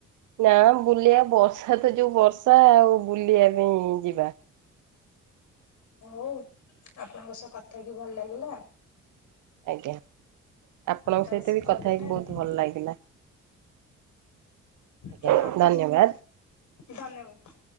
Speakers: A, on the right; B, on the left.
A: ନାଁ-ଆ ବୁଲିଆ ବର୍ଷା ତ ଯୋଉ ବର୍ଷା-ଆ ଆଉ ବୁଲିଆ ପାଇଁ-ଇଁ ଯିବା।
B: ହୋଉ ଆପଣଙ୍କ ସହ କଥା ହେଇକି ଭଲ ଲାଗିଲା।
A: ଆଜ୍ଞା ଆପଣଙ୍କ
B: ଜୟ
A: ସହିତ
B: ଶ୍ରୀ
A: ବି
B: ଜଗନ୍ନାଥ
A: କଥା ହେଇକି ବହୁତ ଭଲ ଲାଗିଲା।
B: ତାହେଲେ
A: ଆଜ୍ଞା
B: ରଖୁଛି
A: ଧନ୍ୟବାଦ୍
B: ଧନ୍ୟବାଦ।